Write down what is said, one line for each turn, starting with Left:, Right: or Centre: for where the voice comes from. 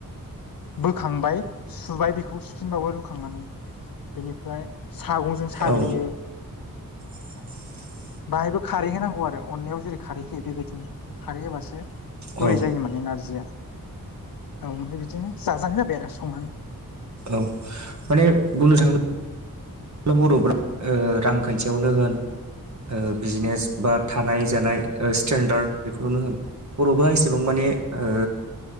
Left: बोखांबाय सुबाय बेखौ सुफिनबावो रुखांनानै बेनिफ्राय सागंजों साग्लियो।
Right: औ <inaudible>
Left: बाहायबो खारै होनांगौ आरो अनलायाव जेरै खारै होयो बेबायदिनो खारै होबासो
Right: औ
Left: गुरै जायो माने नारजिया औ ओमफ्राय बिदिनो जाजानाय जाबाय आरो संनानै।
Right: औ माने बुंनो थाङो बा बर'फ्रा ओ रांखान्थियावनो होन ओ बिजनेस बा थानाय जानाय ओ स्टेेनडार्ड बेफोर <unintelligible> नो होन बर'फोरा एसेबां माने ओ